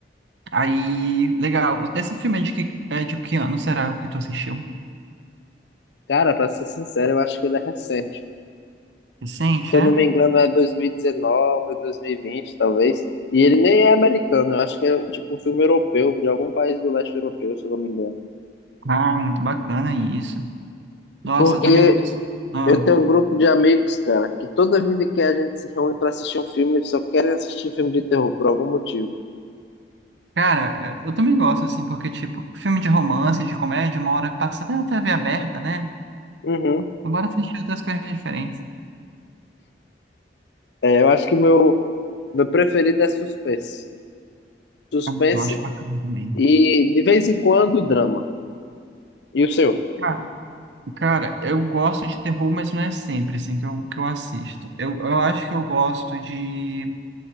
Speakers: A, on the right; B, on the left.
A: aí, legal. Esse filme é de que, é de que ano será o que tu assistiu?
B: Cara, pra ser sincero, eu acho que ele é recente.
A: Recente,
B: Se
A: é?
B: eu não me engano, é dois dois mil mil e dezenove, dois mil e vinte, talvez. E ele nem é americano, eu acho que é tipo um filme europeu, de algum país do leste europeu, se eu não me engano.
A: Ah, muito bacana isso. Nossa,
B: Porque
A: eu também gosto. Ah,
B: eu tenho um grupo de amigos, cara, que toda vida que a gente se reúne pra assistir um filme, eles só querem assistir filme de terror por algum motivo.
A: cara, eu também gosto, assim, porque, tipo, filme de romance, de comédia, uma hora passa até na TV aberta, né?
B: Uhum.
A: Então, bora assistir outras coisas diferentes.
B: É, eu acho que meu, meu preferido é suspense. Suspense
A: Ah, Eu acho bacana também.
B: e, de vez em quando, drama. E o seu?
A: Ah, cara, eu gosto de terror, mas não é sempre, assim, que eu, que eu assisto. Eu, eu acho que eu gosto de